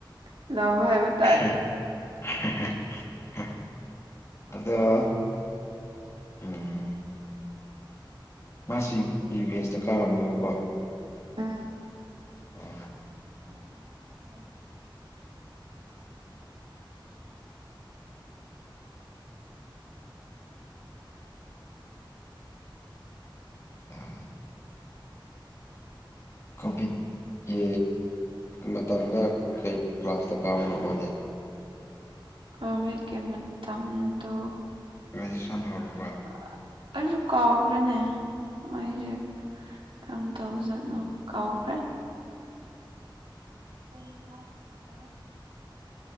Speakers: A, on the right; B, on the left.
A: <unintelligible>
B: <unintelligible> ꯑꯗꯣ ꯎꯝ ꯃꯥꯁꯤ ꯌꯨ ꯑꯦꯁꯇ ꯀꯥꯔꯝꯃꯦꯕꯀꯣ
A: ꯎꯝ
B: ꯑꯣ
A: <inaudible>
B: <unintelligible> ꯀꯣꯚꯤꯠꯀꯤ ꯃꯇꯝꯗꯥ ꯀꯩ ꯀ꯭ꯂꯥꯁꯇꯥ ꯀꯥꯕꯅꯣ ꯃꯥꯗꯤ
A: ꯀꯣꯚꯤꯠꯀꯤ ꯃꯇꯝꯗꯣ
B: ꯒ꯭ꯔꯦꯖꯨꯋꯦꯁꯟ ꯍꯧꯔꯕ꯭ꯔꯥ
A: <inaudible> ꯑꯩꯁꯨ ꯀꯥꯎꯈ꯭ꯔꯦꯅꯦ ꯃꯥꯏꯖꯦ ꯀ꯭ꯔꯝ ꯇꯧꯕꯖꯥꯠꯅꯣ ꯀꯥꯎꯈ꯭ꯔꯦ <inaudible>